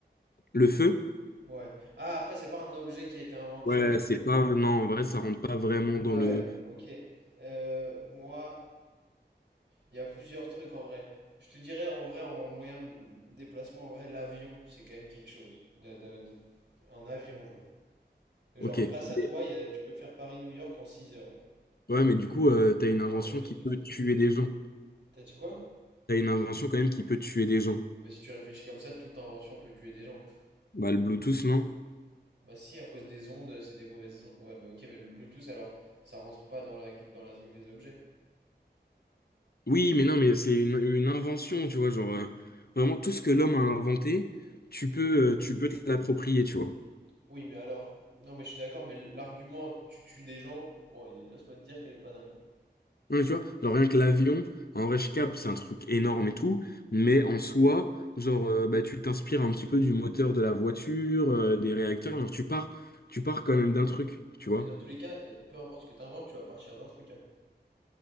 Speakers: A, on the left; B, on the right.
A: Le feu?
B: Ouais. Ah après c'est pas un objet qui a été inventé
A: Ouais,
B: en soi.
A: c'est pas... Non, en vrai, ça rentre pas vraiment
B: Ouais,
A: dans le...
B: ok. Euh, moi, Il y a plusieurs trucs en vrai. Je te dirais en vrai, en moyen de déplacement, en vrai, l'avion, c'est quand même quelque chose. De- de- de- un avion, genre. Genre,
A: Ok.
B: grâce
A: Mais-
B: à toi, il y a- tu peux faire Paris-New York en six heures. genre.
A: Ouais, mais du coup, euh, t'as une invention
B: Un peu plus,
A: qui
B: peut-être.
A: peut tuer des gens.
B: T'as dit quoi?
A: T'as une invention quand même qui peut tuer des gens.
B: Bah, si tu réfléchis comme ça, toute invention peut tuer des gens.
A: Bah, le Bluetooth, non?
B: Bah, si, à cause des ondes, c'est des mauvaises ondes. Ouais, mais ok, mais le Bluetooth, alors, ça rentre pas dans la, dans la truc des objets.
A: Oui, mais non, mais c'est une, une invention, tu vois, genre... euh, vraiment, tout ce que l'homme a inventé, tu peux, euh, tu peux te l'approprier, tu vois.
B: Oui, mais alors. Non, mais je suis d'accord, mais l'argument, tu tues des gens, bon, il- laisse-moi te dire qu'elle est pas dingue.
A: Ouais, tu vois, genre rien que l'avion, en vrai, je capte, c'est un truc énorme et tout, mais en soi, genre, euh, bah, tu t'inspires un petit peu du moteur de la voiture, euh, des réacteurs, genre, tu pars, tu pars quand même d'un truc, tu
B: Ah,
A: vois.
B: mais dans tous les cas, euh, peu importe ce que tu inventes, tu vas partir d'un truc, hein.